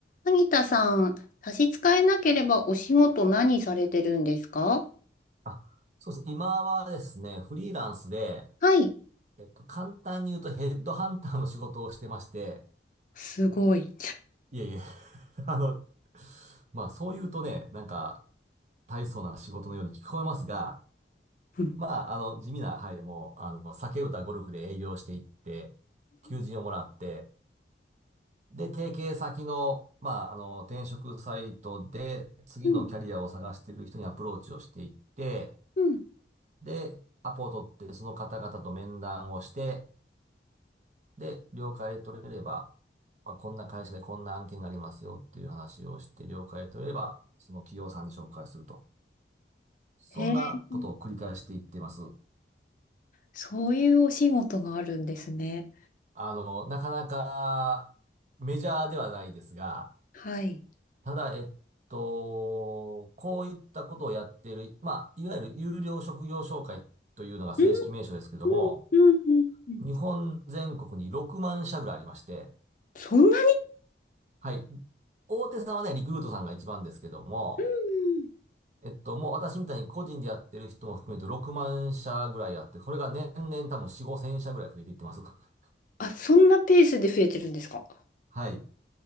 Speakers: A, on the left (about 50°); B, on the right (about 40°).
A: 萩田さん、差し支えなければお仕事何されてるんですか
B: あそうですね。今はですね、フリーランスで、
A: はい。
B: えっと、簡単に言うとヘッドハンターの仕事をしてまして、
A: すごい。
B: いえいえ、<laughs> あの、まあそう言うとね、なんか大層な仕事のように聞こえますが、
A: うん。
B: まああの地味な、はい、もう、あの、酒歌ゴルフで営業していって、求人をもらって、で、提携先の、まああの、転職サイトで次のキャリアを探している人にアプローチをしていって、
A: うんうん
B: で、アポを取って、その方々と面談をして、で、了解取れれば、まあ、こんな会社でこんな案件がありますよっていう話をして、了解取れれば、その企業さんに紹介すると。そんなことを繰り返していってます。
A: へえ。そういうお仕事があるんですね。
B: あの、なかなかメジャーではないですが、
A: はい。
B: ただ、えっと、こういったことをやっている、まあ、いわゆる有料職業紹介というのが正式名称ですけども、
A: うんうんうんうんうん
B: 日本全国に6万社ぐらいありまして、
A: そんなに
B: はい。大手さんはね、リクルートさんが一番ですけども、
A: うんうん
B: えっと、もう私みたいに個人でやってる人も含めると6万社ぐらいあって、これが年々多分4、5 0社ぐらい増えていってます。<laughs>
A: あ、そんなペースで増えてるんですか
B: はい。